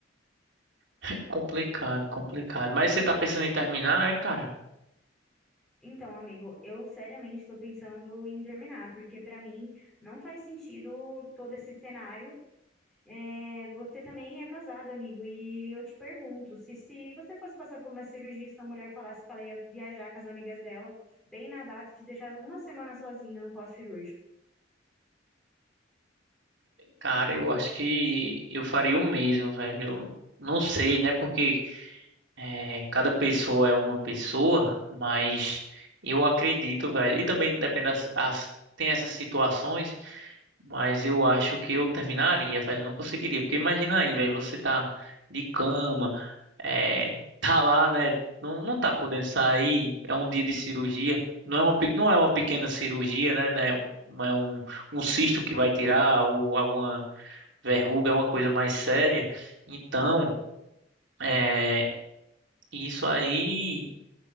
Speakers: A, on the right; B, in the centre.
A: <laughs> Complicado, complicado. Mas você tá pensando em terminar, é, cara?
B: Então, amigo, eu seriamente tô pensando em terminar, porque pra mim não faz sentido todo esse cenário. É, você também é casado, amigo, e eu te pergunto, se, se você fosse passar por uma cirurgia e sua mulher falasse que ela ia viajar com as amigas dela, bem na data e te deixar uma semana sozinha no pós-cirúrgico,
A: Cara, eu acho que eu faria o mesmo, velho. Eu não sei, né? Porque. É, cada pessoa é uma pessoa, mas eu acredito, velho. E também depende das, as- tem essas situações, mas eu acho que eu terminaria, velho. Não conseguiria, porque imagina aí, velho, você tá de cama, é, <laughs> tá lá, né? Não, não tá podendo sair, é um dia de cirurgia. Não é uma, pe- não é uma pequena cirurgia, né? né, Não é um, um cisto que vai tirar ou alguma verruga, é uma coisa mais séria. Então, é, isso aí